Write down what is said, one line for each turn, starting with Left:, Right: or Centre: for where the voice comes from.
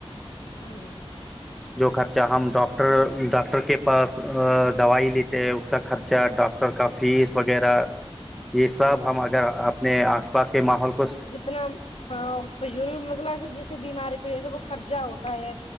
Left: ہاں جی
Centre: جو خرچہ ہم ڈاکٹر ڈاکٹر کے پاس دوائی لیتے ہیں اس کا خرچہ ڈاک ڈاکٹر کا فیس وغیرہ یہ سب ہم اگر اپنے آس پاس کے ماحول کو
Left: اتنا فجول مطلب جیسے بیماری کی وجہ سے وہ خرچہ ہوتا ہے